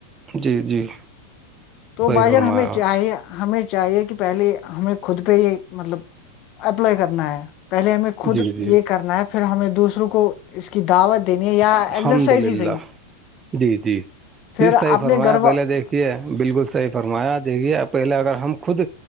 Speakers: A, on the right; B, on the left.
A: جی جی
B: تو
A: صحیح
B: بھائی
A: فرمایا
B: جان ہمیں چاہے ہمیں چاہیے کہ پہلے ہمیں خود پہ یہ مطلب اپلائی کرنا ہے پہلے ہمیں خود
A: جی جی
B: یہ کرنا ہے پھر ہمیں دوسروں کو اس کی دعوت دینی ہے یا
A: الحمد
B: ایکسرسائز
A: للہ
B: ہی صحیح
A: جی جی
B: پھر
A: ج صحیح
B: اپنے
A: فرمایا
B: گھر
A: پہلے دیکھ بالکل صحیح فرمایا دیکے پہلے اگر ہم خود